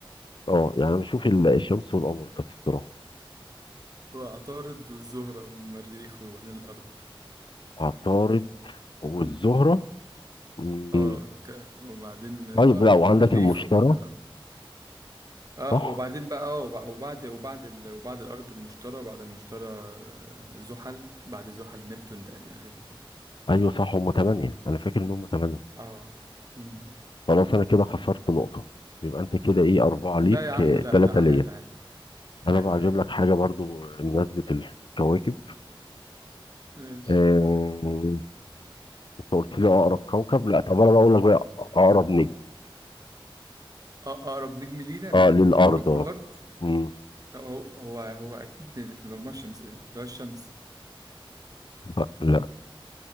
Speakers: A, on the left; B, on the right.
A: أه يعني أنا بشوف ال- الشمس والقمر بس بصراحة
B: هو عطارد والزهرة والمريخ وبعدين الأرض
A: عطارد والزهرة
B: م.
A: مم.
B: اه ك... وبعدين ال-
A: طيب لا وعندك
B: المريخ
A: المشتري
B: وبعدين الأرض اه
A: صح؟
B: وبعدين بقى اه وب- وبعد وبعد ال... وبعد الارض المشتري بعد المشتري آه، زحل بعد زحل نبتون تقريبا حاجه زي كده
A: أيوه صح هما تمانية أنا فاكر إن هما تمانية
B: اه مم.
A: خلاص انا كده خسرت نقطة يبقى انت كده ايه اربعة ليك
B: لا يا عم
A: آه،
B: لا
A: تلاتة
B: لا عادي
A: ليا
B: عادي عادي
A: انا بقى هجيب
B: عادي
A: لك حاجة برضو بمناسبة الكواكب
B: ماشي
A: آه، انت قلت لي اقرب كوكب لا طب انا بقول لك بقى اقرب نجم
B: آه، اقرب نجم لينا لكوك...
A: اه للارض
B: لكوكب
A: اه
B: الارض
A: مم.
B: هو هو هو اكيد في المجموعه الشمسيه اللي هو الشمس
A: لا لا،